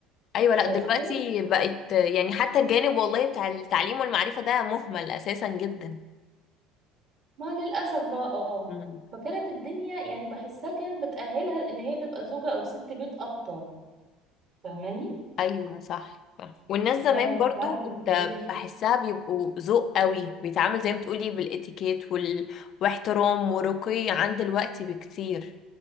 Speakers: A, on the left; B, on the right.
A: ايوه لا
B: آه،
A: دلوقتي
B: فكانت
A: بقت يعني حتى الجانب والله بتاع التعليم والمعرفة ده مهمل اساسا جدا
B: ما للأسف بقى اه
A: مم.
B: فكانت الدنيا يعني بحسها كانت بتأهلها لأن هي تبقى زوجة أو ست بيت أكتر فاهماني
A: ايوه صح صح. والناس زمان
B: لما بتتعلم
A: برضو كنت
B: الطبيخ
A: بحسها بيبقوا ذوق قوي بيتعامل زي ما بتقولي بالاتيكيت وال... واحترام ورقي عن دلوقتي بكتير